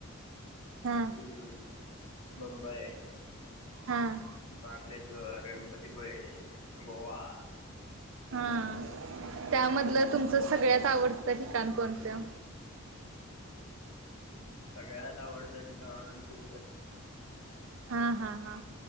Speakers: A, on the right; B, on the left.
A: हा
B: हम्म मुंबई
A: हां
B: मारलेश्वर, गणपतीपुळे, गोवा
A: हा त्यामधलं
B: हम्म.
A: तुमचं सगळ्यात आवडतं ठिकाण कोणतं?
B: सगळ्यात आवडतं ठिकाण तिरुपती.
A: हा हा हा